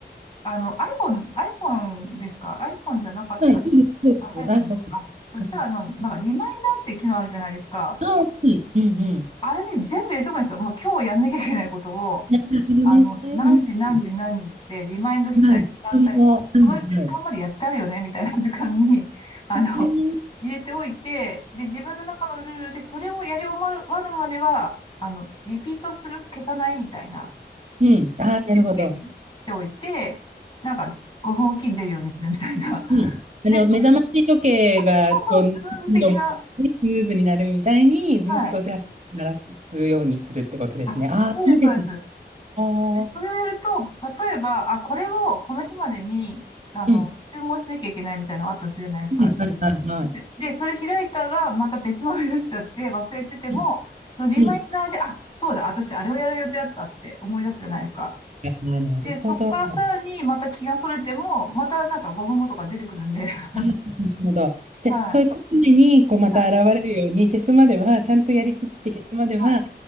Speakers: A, on the left (about 25°); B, on the right (about 40°).
A: あの iPhone、iPhone ですか ?iPhone じゃなかった。
B: はい、そうです、そうです。
A: あ、iPhone
B: iPhone
A: ですか。
B: です。
A: あそしたら、
B: はい。
A: あの、なんかリマインダーって機能あるじゃないですか。
B: ああ、はい。うん、うん。
A: あれに全部入れとくんですよ。もう今日やんなきゃいけないことを、
B: なるほどね。
A: あの、
B: うん、
A: 何時何時何時ってリマインドしたい時間帯、
B: うん。はい。あの、
A: ここの時間までやってあるよね、
B: はい、はい。
A: みたいな時間に、<laughs> あの、
B: うん、
A: 入れておいて、で、自分の中のルールでそれをやり終わるまでは、あの、リピートする、消さないみたいな、リピート設定にしておいて、
B: うん。ああ、なるほど。
A: なんか5分おきに出るようにするみたいな。
B: うん。
A: で、
B: あの、
A: それ、
B: 目覚まし時計が、
A: あ、そうそう、
B: こう、
A: スヌーズ的な、
B: 何度もね、スムーズになるみたいに、ずっとじゃあ、
A: はい。
B: 鳴らすようにするってことですね。
A: あ、
B: ああ、
A: そうです、
B: いいですね。
A: そうです。
B: ああ、
A: それをやると、例えば、あ、これをこの日までに、あの、
B: うん。
A: 注文しなきゃいけないみたいなのがあったとするじゃないですか。
B: はいはいはいはい。
A: で、でそれ開いたら、また別のを出しちゃって忘れてても、
B: うん。
A: そのリマインダーで、
B: うん
A: あ、そうだ、私あれをやる予定だったって思い出すじゃないですか。
B: ああ、なるほど。
A: で、そこからさらにまた気がそれても、
B: な
A: またなんか5分後とか出てくるんで、<laughs>
B: るほど。じゃあ、
A: はい、
B: そういうことに、こう、また現れるように、
A: はい、
B: 消すまでは、ちゃんとやりきって消すまでは、
A: はい。